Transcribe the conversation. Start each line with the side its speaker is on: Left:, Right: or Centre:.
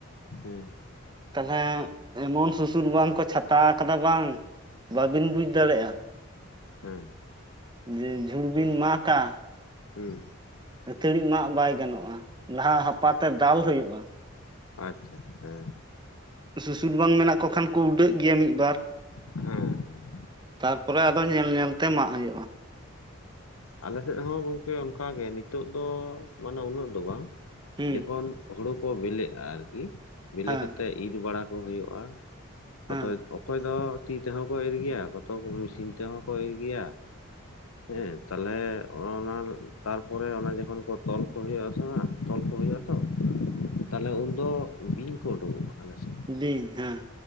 Left: ᱦᱮᱸ
Right: ᱛᱟᱞᱦᱮ ᱮᱢᱚᱱ ᱥᱩᱥᱩᱨ ᱵᱟᱱᱠᱚ ᱪᱷᱟᱛᱟ ᱟᱠᱟᱫᱟ ᱵᱟᱝ ᱵᱟᱹᱵᱤᱱ ᱵᱩᱡ ᱫᱟᱲᱮᱭᱟᱜᱼᱟ
Left: ᱦᱮᱸ
Right: ᱡᱮ ᱡᱷᱩᱲ ᱵᱤᱱ ᱢᱟᱜᱼᱟ
Left: ᱦᱮᱸ
Right: ᱟᱹᱛᱷᱟᱹᱲᱤ ᱢᱟᱜ ᱵᱟᱭ ᱜᱟᱱᱚᱜᱼᱟ ᱞᱟᱦᱟ ᱦᱟᱯᱟ ᱛᱮ ᱫᱟᱞ ᱦᱩᱭᱩᱜᱼᱟ
Left: ᱟᱪᱪᱷᱟ ᱦᱮᱸ
Right: ᱥᱩᱥᱩᱨ ᱵᱟᱱ ᱢᱮᱱᱟᱜ ᱠᱚ ᱠᱷᱟᱱ ᱠᱚ ᱩᱰᱟᱹᱜ ᱜᱮᱭᱟ ᱢᱤᱫ ᱵᱟᱨ
Left: ᱦᱮᱸ ᱦᱮᱸ
Right: ᱛᱟᱨᱯᱚᱨᱮ ᱟᱫᱚ ᱧᱮᱞ ᱧᱮᱞᱛᱮ ᱢᱟᱜ ᱦᱩᱭᱩᱜᱼᱟ
Left: ᱟᱞᱮᱥᱮᱫ ᱦᱚᱸ ᱜᱚᱝᱠᱮ ᱚᱱᱠᱟᱜᱮ ᱱᱤᱛᱚᱜ ᱫᱚ ᱢᱟᱱᱮ ᱩᱱᱟᱹᱜ ᱫᱚ ᱵᱟᱝ
Right: ᱦᱩᱸ
Left: ᱡᱚᱠᱷᱚᱱ ᱦᱩᱲᱩ ᱠᱚ ᱵᱤᱞᱤᱜᱼᱟ ᱟᱨᱠᱤ ᱵᱮᱞᱮ
Right: ᱦᱮᱸ
Left: ᱠᱟᱛᱮᱫ ᱤᱨ ᱵᱟᱲᱟ ᱠᱚ ᱦᱩᱭᱩᱜᱼᱟ
Right: ᱦᱮᱸ
Left: ᱚᱛᱚᱭ ᱚᱠᱚᱭ ᱫᱚ ᱛᱤ ᱛᱮᱦᱚᱸ ᱠᱚ ᱮᱨ ᱜᱮᱭᱟ ᱠᱚᱛᱚ ᱢᱮᱥᱤᱱ ᱛᱮᱦᱚᱸ ᱠᱚ ᱤᱨ ᱜᱮᱭᱟ ᱦᱮᱸ ᱛᱟᱦᱚᱞᱮ ᱚᱱᱟ ᱛᱟᱨᱯᱚᱨᱮ ᱚᱱᱟ ᱡᱚᱠᱷᱚᱱ ᱠᱚ ᱛᱚᱞ ᱠᱚ ᱦᱩᱭᱩᱜᱼᱟᱥᱮ ᱵᱟᱝ ᱛᱚᱞ ᱠᱚ ᱦᱩᱭᱩᱜᱼᱟ ᱛᱚ ᱛᱟᱦᱚᱞᱮ ᱩᱱᱫᱚ ᱵᱤᱧ ᱠᱚ ᱩᱰᱩᱠᱚᱜᱼᱟ ᱟᱞᱮᱥᱮ
Right: ᱵᱤᱧ ᱦᱮᱸ